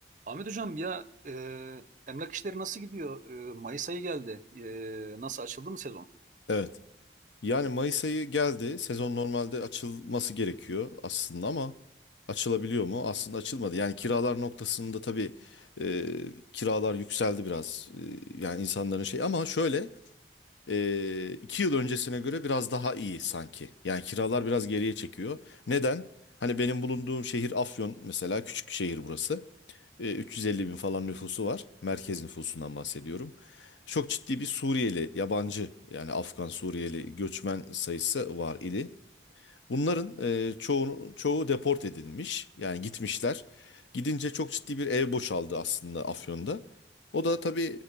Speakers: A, on the right (about 45°); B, on the left (about 85°).
A: Ahmet Hocam ya e, emlak işleri nasıl gidiyor? E, Mayıs ayı geldi. E, nasıl açıldı mı sezon?
B: Evet. Yani Mayıs ayı geldi. Sezon normalde açılması gerekiyor aslında ama açılabiliyor mu? Aslında açılmadı. Yani kiralar noktasında tabii e, kiralar yükseldi biraz. E, yani insanların şey ama şöyle e, iki yıl öncesine göre biraz daha iyi sanki. Yani kiralar biraz geriye çekiyor. Neden? Hani benim bulunduğum şehir Afyon mesela küçük şehir burası. E, 350 bin falan nüfusu var. Merkez nüfusundan bahsediyorum. Çok ciddi bir Suriyeli, yabancı yani Afgan Suriyeli göçmen sayısı var idi. Bunların e, çoğunu, çoğu deport edilmiş. Yani gitmişler. Gidince çok ciddi bir ev boşaldı aslında Afyon'da. O da tabii